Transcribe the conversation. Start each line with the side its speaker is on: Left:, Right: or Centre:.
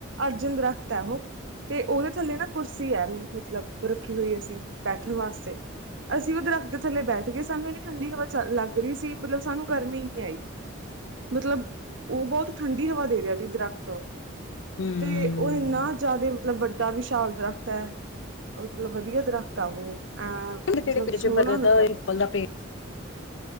Right: ਅਰਜਨ ਦਰਖਤ ਹੈ ਉਹ। ਤੇ ਉਹਦੇ ਥੱਲੇ ਨਾ ਕੁਰਸੀ ਹੈ ਮਤਲਬ ਰੱਖੀ ਹੋਈ ਅਸੀਂ ਬੈਠਣ ਵਾਸਤੇ। ਅਸੀਂ ਉਹ ਦਰੱਖਤ ਦੇ ਥੱਲੇ ਬੈਠ ਗਏ, ਸਾਨੂੰ ਇੰਨੀ ਠੰਡੀ ਹਵਾ ਚਲ ਲੱਗ ਰਹੀ ਸੀ, ਮਤਲਬ ਸਾਨੂੰ ਗਰਮੀ ਨੀ ਆਈ। ਮਤਲਬ, ਉਹ ਬਹੁਤ ਠੰਡੀ ਹਵਾ ਦੇ ਰਿਹਾ ਸੀ ਦਰਖਤ।
Left: ਹਮ
Right: ਤੇ ਉਹ ਇੰਨਾ ਜ਼ਿਆਦਾ ਮਤਲਬ ਵੱਡਾ ਵਿਸ਼ਾਲ ਦਰੱਖਤ ਹੈ। ਮਤਲਬ ਵਧੀਆ ਦਰੱਖਤ ਆ ਉਹ। ਅਹ
Left: ਤੇਰੇ
Right: ਮਤਲਬ
Left: ਪੇੜ ਚ
Right: ਸੋਹਣਾ
Left: ਬਗਦਾ
Right: ਲੱਗਾ ਬਹੁਤ।
Left: ਪਿੱਪਲ ਦਾ ਪੇੜ